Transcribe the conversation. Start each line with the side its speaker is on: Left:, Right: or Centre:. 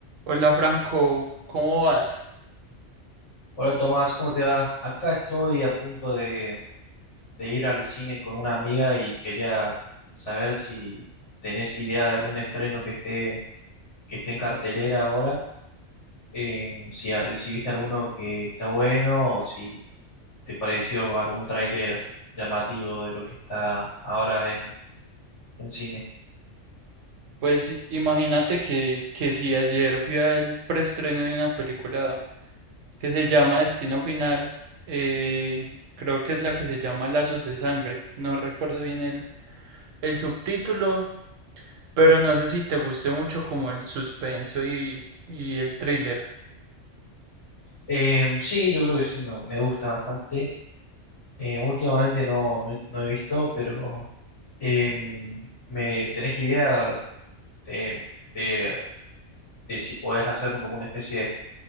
Right: Hola Franco, ¿cómo vas?
Left: Hola Tomás, ¿cómo te va? Acá estoy a punto de, de ir al cine con una amiga y quería saber si tenés idea de algún estreno que esté, que esté en cartelera ahora, eh, si, ha- si viste alguno que está bueno o si te pareció algún tráiler llamativo de lo que está ahora en, en cine.
Right: Pues imagínate que, que si ayer fui al preestreno de una película que se llama Destino Final, eh, creo que es la que se llama Lazos de Sangre, no recuerdo bien el, el subtítulo, pero no sé si te guste mucho como el suspenso y, y el thriller.
Left: Eh, sí, yo creo que sí, me, me gusta bastante. Eh, últimamente no, no he no he visto, pero... Em, ¿me tenés idea de, de- de si podés hacerme como una especie de